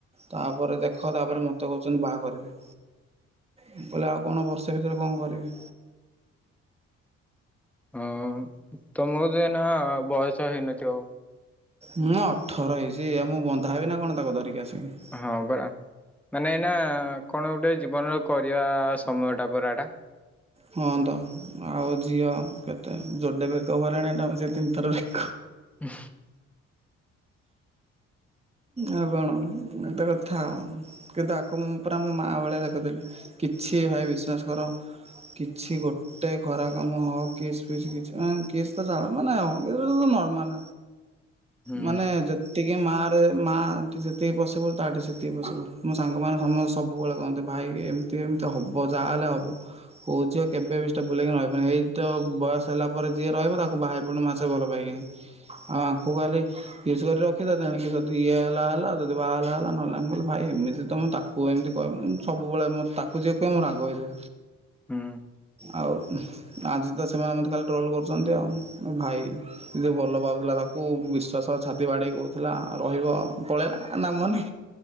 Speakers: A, on the right; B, in the centre.
A: ତାପରେ ଦେଖ ତାପରେ ମତେ କହୁଛନ୍ତି ବାହା କରିବେ। ମୁଁ କହିଲି ଆଉ କଣ ଵର୍ଷେ ଭିତରେ କଣ କରିବି।
B: ଅ ତମକୁ ତ ଏଇନା ବୟସ ହେଇନଥିବ?
A: ହଁ ଅଠର ହେଇଚି ଆଉ ମୁଁ ବନ୍ଧା ହେବି ନା କଣ ତାକୁ ଧରିକି ଆସିକି।
B: ହଁ ବା ମାନେ ଏଇନା କଣ ଗୋଟେ ଜୀବନର କରିବା ସମୟ ଟା ପରା ଏଟା।
A: ହଁ ତ ଆଉ ଝିଅ କେତେ ଯୋଡେ ବ୍ରେକଅପ ହେଲାଣି ଏଟାକୁ ମିଶେଇ କି ତିନିଥର ବ୍ରେ
B: <unintelligible>
A: ଆଉ କଣ ଏତେ କଥା ଆଉ କିନ୍ତୁ ଆକୁ ମୁଁ ପୁରା ମୋ ମା ଭଳିଆ ଦେଖୁଥିଲି। କିଛି ଭାଇ ବିଶ୍ଵାସ କର କିଛି ଗୋ ଗୋଟେ ଖରା କାମ ହଉ କିସ୍ ଫିସ୍ କିଛି କିସ୍ ତ ଛାଡ଼ ମନେ ନର୍ମାଲ
B: ହୁଁ
A: ମାନେ ଯେତିକି ମା ମାଠି ଯେତିକି ପସିବୁଲ୍ ତାଠି ସେତିକି ପସିବୁଲ୍ ମୋ ସାଙ୍ଗମାନେ ସମସ୍ତେ ସବୁବେଳେ କହନ୍ତି ଭାଇ ଏମ ଏମିତି ହବ ଯାହା ହେଲେ ହବ। କହୁ ଝିଅ କେବେବି ଷ୍ଟବ୍ଲେଲ ସେଇକି ରହିବନି ଏଇତ ବୟସ ହେଲା ପରେ ଯିଏ ରହିବ ତାକୁ ବାହା ହେଇପଡ଼ିଲୁ ମା ଭଲ ପାଇକିନି ଆଉ ଆୁ କାଲି କିସ୍ କରି ରଖିଥା ତେଣିକି ଇଏ ହେଲା ହେଲା ଯଦି ବାହା ହେଲା ହେଲା ନହେଲେ ନାହିଁ ଭାଇ ଏମିତି ତ ମୁଁ ତାକୁ ଏମିତି କ ସବୁବେଳେ ମୋର ତାକୁ ତକୁଜେ କୁହେ ମୋର ରାଗ ହେଇଯାଏ
B: ହୁଁ
A: ଆଉ ଆଜି ତ ସେମାନେ ମତେ ଖାଲି ଟ୍ରୋଲ କରୁଚନ୍ତି। ଆଉ ମୋ ଭାଇ ଯେ ଭଲ ପାଉଥିଲା ତାକୁ ବିଶ୍ୱାସ ଛାତି ବାଡ଼େଇ କହୁଥିଲା ରହିବ ପଳେଇଲା ନାମ ନେ।